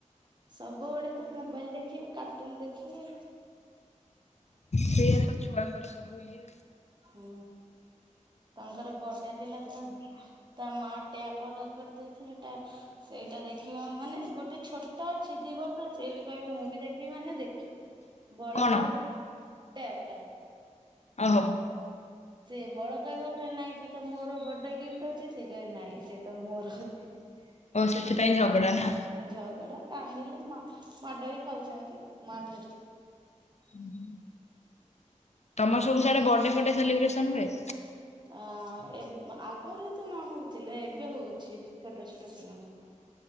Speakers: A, on the right; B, on the left.
A: ସବୁବେଳେ ତ ମୋବାଇଲ୍ ଦେଖିବେ କାର୍ଟୁନ୍ ଦେଖିବେ।
B: ସେଇଆ ତ ଛୁଆଙ୍କର ସବୁ ଇଏ।
A: ହୁଁ ତାଙ୍କର ବଡେ ଥିଲା ତା। ତା ମା ଟ୍ୟାପ ଅର୍ଡର କରିଦେଇଥିଲେ ଟାପ୍ ସେଇଟା ଦେଖିବ ମାନେ ଗୋଟେ ଛୋଟ ଅଛି ଦି ବର୍ଷ ଅଛି ସେ ବି କହିବ ମୁଁ ବି ଦେଖିବି ମାନେ ଦେଖିବି। ବଡ
B: କଣ
A: ଠାରୁ ଟ୍ୟାପ ଟା।
B: ଅହୋ।
A: ସେ ବଡ କହିବ ନାହିଁ ସେଟା ମୋର ବଡେ ଗିଫ୍ଟ ଅଛି ସେ କହେ ନାହିଁ ସେଟା ମୋର ଅ ଠିକ୍
B: ଓହୋ ସେଥିପାଇଁ ଝଗଡା ନା?
A: ଆଉ ଝଗଡା କାନ୍ଦିଲେ ମ ମାଡ ବି ଖାଉଛନ୍ତି ମା ଠାରୁ।
B: ହୁଁ ହୁଁ। ତମ ସବୁ ସାଡେ ବର୍ଡେ ଫଡେ ସେଲିବ୍ରେସନ ହୁଏ?
A: ଅ ଏବ ଆଗରୁ ତ ନହଉଥିଲେ ଏବେ ହଉଛି ଛୋଟ ଛୋଟ ପିଲାଙ୍କର।